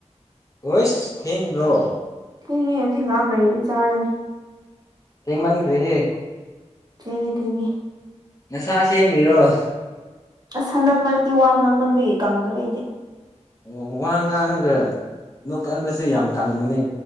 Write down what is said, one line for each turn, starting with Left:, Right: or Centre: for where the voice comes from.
Left: ꯍꯣꯏꯁ ꯊꯦꯡꯗ꯭ꯔꯣ
Right: ꯊꯦꯡꯉꯦ ꯍꯧꯖꯤꯛ ꯉꯥꯏꯍꯥꯛ ꯂꯩꯔꯒ ꯆꯥꯔꯅꯤ
Left: ꯊꯦꯡꯃꯟꯈ꯭ꯔꯦꯍꯦ
Right: ꯊꯦꯡꯉꯦ ꯊꯦꯡꯉꯦ
Left: ꯅꯁꯥ ꯁꯦꯝꯃꯤꯔꯣ
Right: ꯑꯁ ꯍꯟꯗꯛ ꯃꯔꯛꯇꯤ ꯋꯥ ꯉꯥꯡꯃꯟꯕꯒꯤ ꯀꯪꯈ꯭ꯔꯦ ꯑꯩꯗꯤ
Left: ꯑꯣ ꯋꯥ ꯉꯥꯡꯉꯒ ꯅꯣꯛ ꯀꯟꯕꯁꯦ ꯌꯥꯝ ꯀꯪꯕꯅꯦ